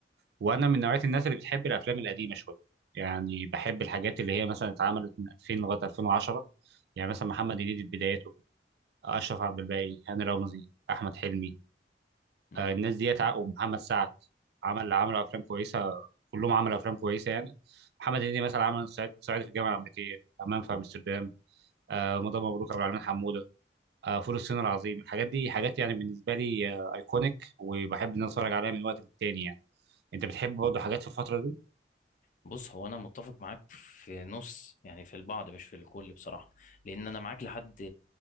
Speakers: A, on the right; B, on the left.
A: وانا من نوعيه الناس اللي بتحب الافلام القديمه شويه يعني بحب الحاجات اللي هي مثلا اتعملت من 2000 لغايه 2010 يعني مثلا محمد هنيدي في بدايته اشرف عبد الباقي هاني رمزي احمد حلمي
B: امم
A: آه الناس ديت عا- ومحمد سعد عمل عملوا افلام كويسه كلهم عملوا افلام كويسه يعني محمد هنيدي مثلا عمل صعيد- صعيدي في الجامعه الامريكيه همام في امستردام آه رمضان مبروك عبد العالمين حموده آه فول الصين العظيم الحاجات دي حاجات يعني بالنسبه لي آه ايكونيك وبحب ان أنا اتفرج عليها من وقت للتاني يعني انت بتحب برضه حاجات في الفتره دي
B: بص هو انا متفق معاك في نص يعني في البعض مش في الكل بصراحه لان انا معاك لحد